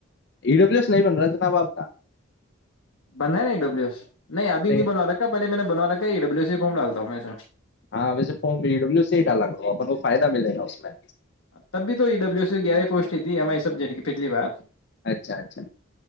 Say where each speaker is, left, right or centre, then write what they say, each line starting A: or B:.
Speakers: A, on the left; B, on the left.
A: ای ڈبلو ایس نہیں بن رجنا باپ کا
B: بنا ہے نہیں ڈبلو ایس نہیں ابھی
A: اچھا
B: نہیں بناو رکھا پہے میں نے بناو رکھا ڈبو سی فارم ڈالتا ہوں میں سے
A: ہاں ویسے فم بی ڈبلو سے ہی ڈالا اپن کو فائدہ ملے گا اس میں
B: تب بھی تو یہ ڈبلو سی گیہ پوٹ تھی ایم آئی س سب جیٹ کی پچھلی بار
A: اچھا اچھا